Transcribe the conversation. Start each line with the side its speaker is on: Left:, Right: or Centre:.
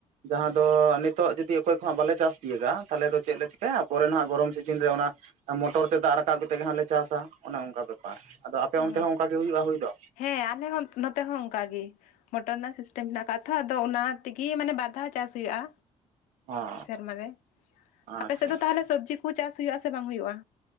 Right: ᱡᱟᱦᱟᱸ ᱫᱚ ᱱᱤᱛᱚᱜ ᱡᱩᱫᱤ ᱚᱠᱚᱭ ᱠᱚᱦᱟᱜ ᱵᱟᱞᱮ ᱪᱟᱥ ᱛᱤᱭᱟᱹᱜᱟ ᱛᱟᱦᱮᱞᱮ ᱪᱮᱫ ᱞᱮ ᱪᱤᱠᱟᱹᱭᱟ ᱯᱚᱨᱮ ᱱᱟᱦᱜ ᱜᱚᱨᱚᱢ ᱥᱤᱡᱤᱱ ᱨᱮ ᱚᱱᱟ ᱢᱚᱴᱚᱨ ᱛᱮ ᱫᱟᱜ ᱨᱟᱠᱟᱵ ᱠᱟᱛᱮᱜ ᱜᱮ ᱦᱟᱸ ᱞᱮ ᱪᱟᱥᱟ᱾ ᱚᱱᱮ ᱚᱱᱠᱟ ᱵᱮᱯᱟᱨ ᱟᱫᱚ ᱟᱯᱮ
Left: ᱚ
Right: ᱚᱱᱛᱮ ᱦᱚᱸ ᱚᱱᱠᱟ ᱜᱮ ᱦᱩᱭᱩᱜᱼᱟ ᱦᱩᱭ ᱫᱚ
Left: ᱦᱮᱸ ᱟᱞᱮ ᱦᱚᱸ ᱱᱚᱛᱮ ᱦᱚᱸ ᱚᱱᱠᱟ ᱜᱮ ᱢᱚᱴᱚᱨ ᱨᱮᱱᱟᱜ ᱥᱤᱥᱴᱮᱢ ᱢᱮᱱᱟᱜ ᱟᱠᱟᱫ ᱛᱷᱚ ᱟᱫᱚ ᱚᱱᱟ ᱛᱮᱜᱮ ᱢᱟᱱᱮ ᱵᱟᱨ ᱫᱷᱟᱣ ᱪᱟᱥ ᱦᱩᱭᱩᱜᱼᱟ᱾
Right: ᱚ
Left: ᱥᱮᱨᱢᱟ ᱨᱮᱺ
Right: ᱟᱪᱪᱷᱟ
Left: ᱟᱯᱮ ᱥᱮᱫ ᱫᱚ
Right: ᱟᱪᱪᱷᱟ
Left: ᱛᱟᱦᱚᱞᱮ ᱥᱚᱵᱡᱤ ᱠᱚ ᱪᱟᱥ ᱦᱩᱭᱩᱜ ᱟᱥᱮ ᱵᱟᱝ ᱦᱩᱭᱩᱜᱼᱟ?